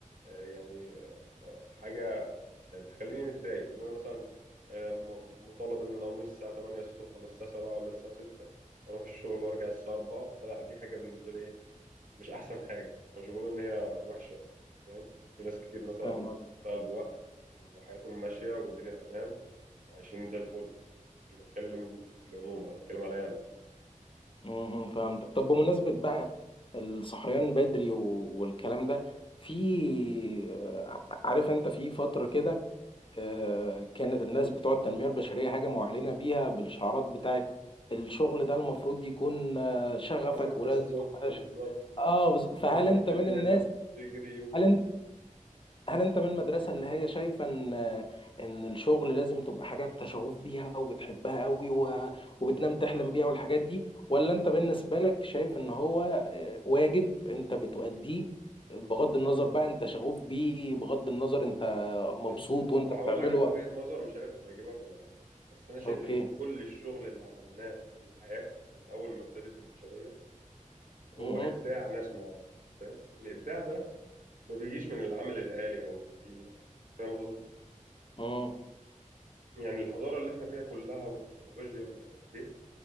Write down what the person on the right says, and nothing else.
آه، يعني آه، حاجه بتخليني متضايق ان انا مثلا آه، م- مطالب ان انا اقوم الساعه 8 الصبح ولا الساعه 7 ولا الساعه 6 اروح الشغل وارجع الساعه 4 لا دي حاجه بالنسبه لي ايه مش احسن حاجه انا مش بقول ان هي وحشه فاهم في ناس كتير مثلا
بتشتغل بوقت وحياتهم ماشيه والدنيا تمام وعايشين زي الفل مش بتكلم في العموم انا بتكلم عليا انا
الساعه 6
الصبح
بالظبط
وتقوم
وتعمل
وتجري وت-
بص
هقول
لك على وجهة نظر مش عارف هتعجبك ولا لا بس انا شايف
ان كل الشغل اللي عملناه في الحياة من اول ما ابتدت البشرية هو
ابداع ناس معينة فاهم الابداع ده ما بيجيش من العمل الآلي او الروتيني فاهم قصدي
يعني الحضارة اللي احنا فيها كلها والتكنولوجيا ومش عارف ايه